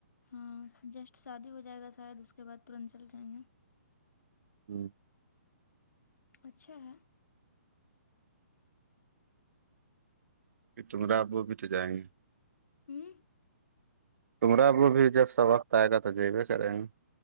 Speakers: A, on the left; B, on the right.
A: ہاں جسٹ شادی ہو جائے گا شاید اس کے بعد ترنت چل جائیں گے
B: ہوں
A: اچھا ہے
B: تمرا آ وہ بھی تو جائیں گے
A: ہ
B: تمرا وہ بھی جب سا وقت آئے گا تو جیبے کریں گے